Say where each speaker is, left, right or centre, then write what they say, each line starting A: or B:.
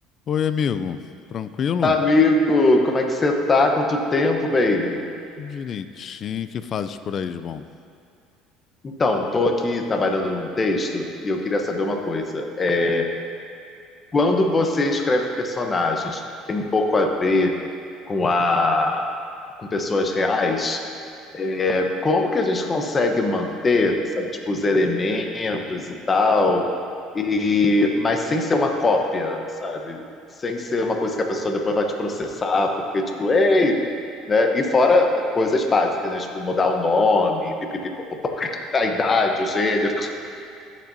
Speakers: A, on the left; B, on the left.
A: Oi, amigo. Tranquilo?
B: Amigo, como é que você tá? Quanto tempo, baby?
A: Direitinho. O que fazes por aí de bom?
B: Então, tô aqui trabalhando num texto e eu queria saber uma coisa. É, Quando você escreve personagens, tem um pouco a ver com a, com pessoas reais, é, como que a gente consegue manter, sabe, tipo, os elementos e tal, e, mas sem ser uma cópia, sabe? Sem ser uma coisa que a pessoa depois vai te processar, porque, tipo, ei, né? E fora né, coisas básicas, né? Tipo, mudar o nome, pipipi, popopó, <laughs> a idade, o gênero.